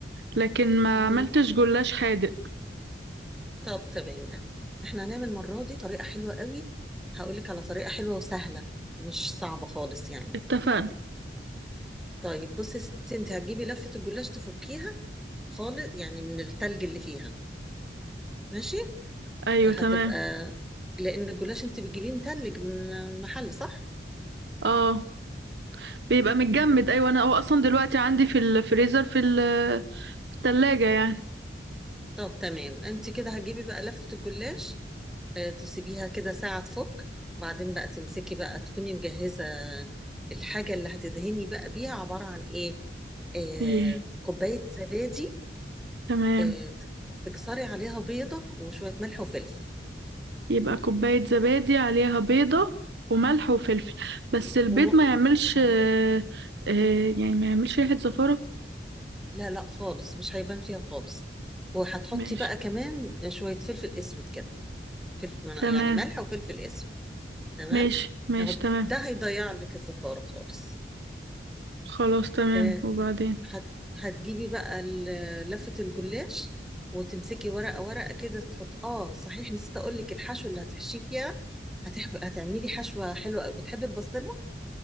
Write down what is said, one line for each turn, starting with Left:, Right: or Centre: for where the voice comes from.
Right: لكن ما
Centre: مم.
Right: عملتش جلاش حادق
Centre: طب تمام احنا هنعمل المره دي طريقه حلوه قوي هقول لك على طريقه حلوه وسهله مش صعبه خالص يعني
Right: اتفقنا
Centre: طيب بصي يا ستي انت هتجيبي لفه الجلاش تفكيها خالص يعني من التلج اللي فيها ماشي
Right: ايوه
Centre: هتبقى
Right: تمام
Centre: لان الجلاش انت بتجيبيه متلج من المحل صح
Right: اه بيبقى متجمد ايوه انا هو اصلا دلوقتي عندي في الفريزر في ال- في التلاجة يعني
Centre: طب تمام انت كده هتجيبي بقى لفة الجلاش آه، تسيبيها كده ساعة تفك بعدين بقى تمسكي بقى تكوني مجهزة الحاجة اللي هتدهني بقى بيها عبارة عن ايه آه،
Right: ايه
Centre: كوباية زبادي
Right: تمام
Centre: آه، تك- تكسري عليها بيضة وشوية ملح وفلفل
Right: يبقى كوباية زبادي عليها بيضة وملح وفلفل بس البيض
Centre: وم...
Right: ما يعملش
Centre: آه.
Right: آه، آه، يعني ما يعملش ريحة زفارة
Centre: لا لا خالص مش هيبان فيها خالص وهتحطي
Right: ماشي
Centre: بقى كمان شوية فلفل اسود كده فلفل
Right: تمام
Centre: يعني ملح وفلفل اسود تمام
Right: ماشي ماشي
Centre: اهو
Right: تمام
Centre: ده هيضيع لك الزفارة خالص
Right: خلاص تمام
Centre: آه،
Right: وبعدين
Centre: هت- هتجيبي بقى ال- لفة الجلاش وتمسكي ورقة ورقة كده تحط اه صحيح نسيت اقول لك الحشو اللي هتحشيه فيها هتح... هتعملي حشوة حلوة قوي بتحبي البسطرمة